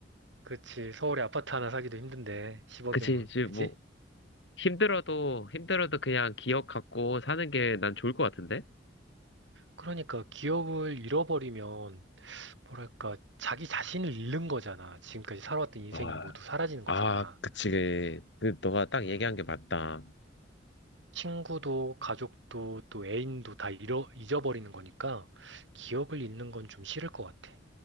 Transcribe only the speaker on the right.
그치. 서울에 아파트 하나 사기도 힘든데, 10억이면,
그지?
그러니까 기억을 잃어버리면, 뭐랄까, 자기 자신을 잃는 거잖아. 지금까지 살아왔던 인생이
모두 사라지는 거잖아.
음.
친구도, 가족도, 또 애인도 다 잃어, 잊어버리는 거니까, 기억을 잃는 건 좀 싫을 것 같아.